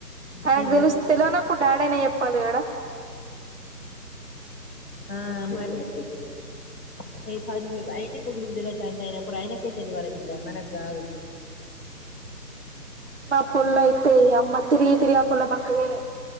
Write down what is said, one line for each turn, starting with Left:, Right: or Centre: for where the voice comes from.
Right: ఆయనకు
Left: అయ్యింగారు
Right: తెలుసు తెలవనప్పుడు డాడీ అనే చెప్పాలి కడ
Left: ఆ మరి ఇగ పది వెయి అయినే ముగ్గురు బిడ్డల తండ్రి అయినప్పుడు ఆయనకే తెలివాలె బిడ్డ మనకు కాదు
Right: మా పొల్ల అయితే అమ్మ తిరిగి తిరిగి పొల్ల బక్కగ అయింది